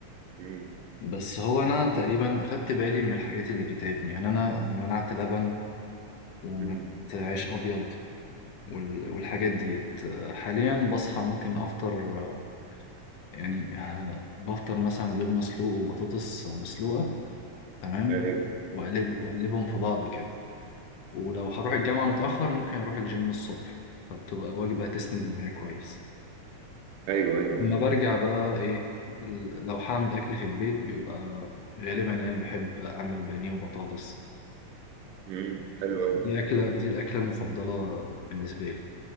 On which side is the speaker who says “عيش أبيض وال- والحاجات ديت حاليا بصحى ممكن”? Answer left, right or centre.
Left